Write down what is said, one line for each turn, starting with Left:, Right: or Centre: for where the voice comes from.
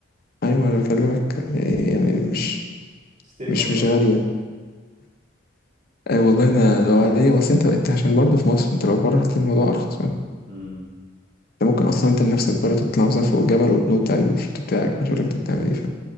Left: ايوه انا بكلمك يعني يعني مش
Right: تشتري
Left: مش
Right: كام
Left: مش
Right: نطه
Left: غالية اي والله انا لو عليا بس انت انت عشان برضه في مصر انت لو بره هتلاقي الموضوع ارخص
Right: امم
Left: انت ممكن اصلا انت بنفسك بره تطلع مثلا فوق جبل وتنط عادي بالشورت بتاعك مش هقولك انت بتعمل ايه فاهم